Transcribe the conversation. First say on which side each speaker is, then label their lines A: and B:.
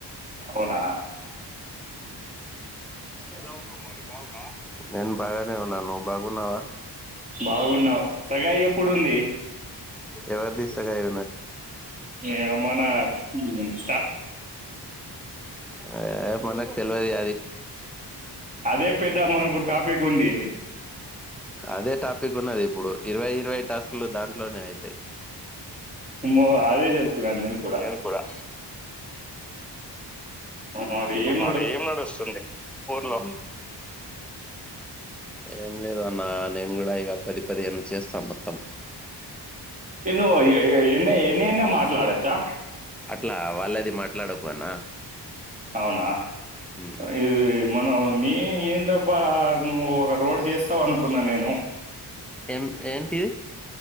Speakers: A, on the right; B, in the centre.
A: అవునా
B: ఎలా ఉన్నావ్ మరి బాగున్నావా నేను బాగనే ఉన్నాన్ నువ్వు బాగున్నావా
A: బాగున్నావు సగాయి ఎప్పుడుంది
B: ఎవరిది సగాయు
A: ఏమో నా ఉ
B: ఎ మనక్ తెల్వదిగా అది
A: అదే పెద్ద మనకు టాపిక్ ఉంది
B: అదే టాప్ పిక్ ఉన్నది ఇప్పుడు ఇరవై ఇరవై టాస్క్ లు దాంట్లోనే అయితయ్
A: మో అదే చెప్తున్నాను కూడా
B: నేను గుడా
A: మరి ఏం
B: ఆడేం నడుస్తుంది ఊర్లో ఏం లేదు అన్నా నేను గుడా ఇగ పది పదిహేను చేస్ స్త మొత్తం
A: ఇను ఎ ఎ ఎన్న ఎన్నేన్న మాట్లాడచ్చా
B: అట్లా వాళ్ళది మాట్లాడకు అన్న
A: అవునా
B: మ్
A: ఇ మనం ని ఏందప్ బా నువ్వు ఒక రోడ్ చేస్తవు అనుకున్నా నేను
B: ఏం ఏంటిది